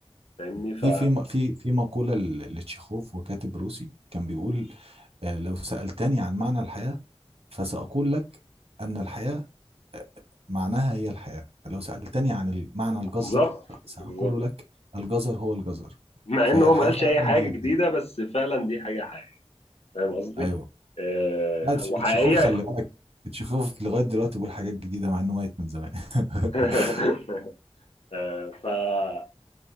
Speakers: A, on the left; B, on the right.
A: فاهمني ف
B: في في في في مقولة ل- لتشيخوف وكاتب روسي كان بيقول آه، لو سألتني عن معنى الحياة فسأقول لك أن الحياة معناها هي الحياة فلو سألتني عن ال- معنى الجزر
A: بالظبط
B: سأقول
A: بالظبط
B: لك الجزر هو الجزر
A: مع
B: فهي
A: ان هو
B: الحياة
A: ما قالش
B: فعلا
A: اي حاجه
B: هي الحياة
A: جديده بس فعلا دي حاجه حقيقيه فاهم قصدي
B: أيوه
A: آه،
B: لا تش-
A: وحقيقيه
B: تشيخوف خلي بالك تشيخوف لغاية دلوقتي بيقول حاجات جديدة مع إنه ميت من زمان <laughs>
A: <laughs> آه،